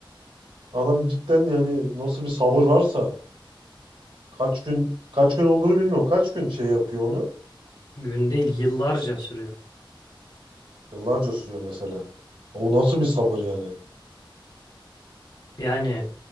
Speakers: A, on the right; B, on the left.
A: adam cidden yani nasıl bir sabır varsa kaç gün kaç gün olduğunu bilmiyorum. Kaç gün şey yapıyor onu?
B: Gün değil yıllarca sürüyor.
A: Yıllarca sürüyor mesela. O nasıl bir sabır yani?
B: Yani